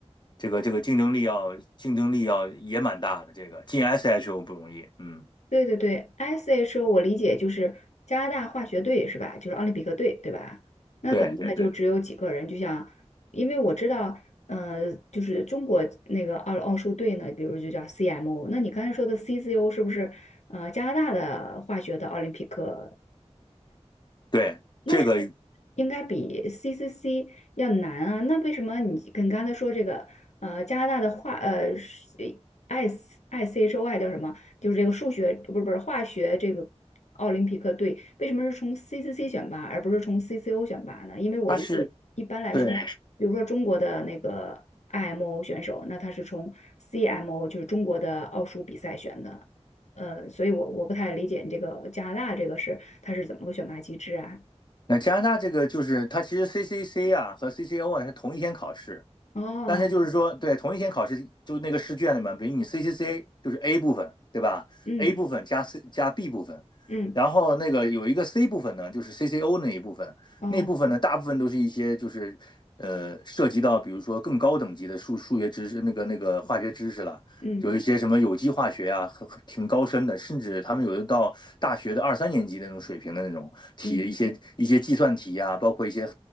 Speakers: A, on the left; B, on the left.
A: 这个这个竞争力要竞争力要也蛮大的，这个进 SHO 不容易，嗯，
B: 对对对 s h o 我理解就是加拿大化学队是吧？就是奥林匹克队对吧？那可能他就只有几个人，
A: 对对对
B: 就像因为我知道，呃，就是中国那个奥奥数队呢，比如就叫 CMO，那你刚才说的 CCO 是不是呃加拿大的化学的奥林匹克
A: 对，
B: 那是不是应该比
A: 这个
B: CCC 要难啊？那为什么你跟刚才说这个呃加拿大的化呃是 I ICHOI 叫什么？就是这个数学不是不是化学这个奥林匹克队，为什么是从 CCC 选拔而不是从 CCO 选拔呢？因为我理解一般来说，
A: 它是对，
B: 比如说中国的那个 IMO 选手，那他是从 CMO 就是中国的奥数比赛选的。呃，所以我我不太理解你这个加拿大这个是它是怎么个选拔机制啊？
A: 那加拿大这个就是它其实 CCC 啊和 CCO 啊是同一天考试。
B: 哦，
A: 但是就是说，对，同一天考试，就那个试卷里面，比如你 CCC 就是 A 部分，对吧？A
B: 嗯
A: 部分加 C 加 B 部分，
B: 嗯，
A: 然后那个有一个 C 部分呢，就是 CCO 那一部分，
B: 哦，
A: 那部分呢，大部分都是一些就是呃涉及到比如说更高等级的数数学知识，那个那个化学知识了，
B: 嗯
A: 有一些什么有机化学啊，很挺高深的，甚至他们有的到大学的二三年级的那种水平的那种题，
B: 嗯嗯
A: 一些一些计算题啊，包括一些